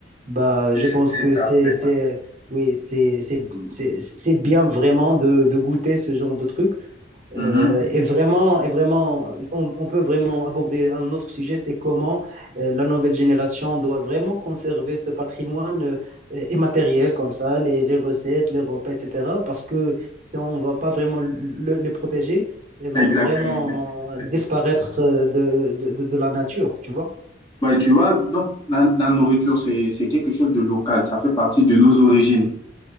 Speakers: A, on the right; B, on the left.
A: Bah,
B: C'est
A: je pense
B: c'est
A: que
B: ça,
A: c'est,
B: c'est
A: c'est,
B: ça.
A: oui, c'est, c'est, c'est, c'est bien vraiment de, de goûter ce genre de truc. Euh,
B: Mhm.
A: et vraiment, et vraiment, on, on peut vraiment aborder un autre sujet, c'est comment euh, la nouvelle génération doit vraiment conserver ce patrimoine euh, immatériel comme ça, les, les recettes, les repas, etc. Parce que si on ne va pas vraiment le- les protéger, elles vont
B: Exactement,
A: vraiment
B: c'est ça. c'est
A: disparaître
B: ça.
A: euh, de, de, de de la nature, tu vois?
B: Ouais, tu vois, donc la, la nourriture, c'est c'est quelque chose de local. Ça fait partie de nos origines.